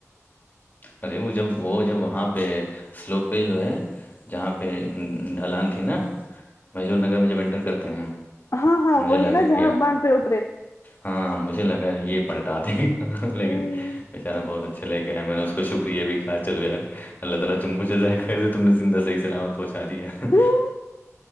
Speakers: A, on the left; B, on the left.
A: ارے وہ جب وہ جب وہاں پہ سلوپ پہ جو ہے جہاں پہ ڈھلان تھی نا محزور نگر میں جب انٹر کرتے ہیں
B: ہاں ہاں
A: مجھے
B: وہی
A: لگا
B: نا جہاں
A: کہ یار
B: بانڈ پہ اترے
A: ہاں مجھے لگا ہے یہ پلٹا دے لیکن
B: ہوں
A: بیچارہ بہت اچھا لےیا ہے میں نے اسس کو شکریہ بھی کہ چو یار اللہ تعالی تم کو جزائے خیر دے تم نے زندہ صیح سلام پہنچا دیا ہوں،
B: ہمم